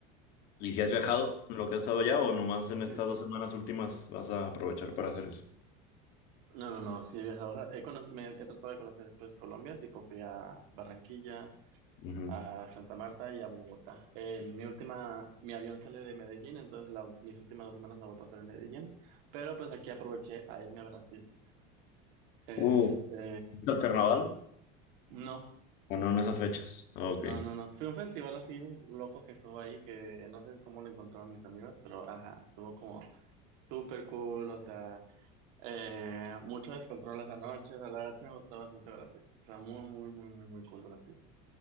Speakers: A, on the left (about 45°); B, on the right (about 60°).
A: ¿Y si has viajado en lo que has estado allá o nomás en
B: Antes,
A: estas dos semanas últimas vas a aprovechar para hacer eso?
B: no, no, no, sí he viajado, o sea, he, cono- me, he tratado de conocer pues Colombia, tipo fui a Barranquilla,
A: Ujú.
B: a Santa Marta y a Bogotá. El- mi última, mi avión sale de Medellín, entonces la- mis últimas dos semanas la voy a pasar en Medellín, pero pues aquí aproveché a irme a Brasil. Este,
A: Uh, ¿viste el carnaval?
B: no,
A: Bueno, en esas fechas. Ok.
B: no, no, no, fue un festival así loco que estuvo ahí, que no sé cómo lo encontraron mis amigos, pero ajá, estuvo como súper cool, o sea... Eh, mucho descontrol las noches, a la verdad sí me gustó bastante Brasil. O sea, muy, muy, muy, muy, muy cool Brasil.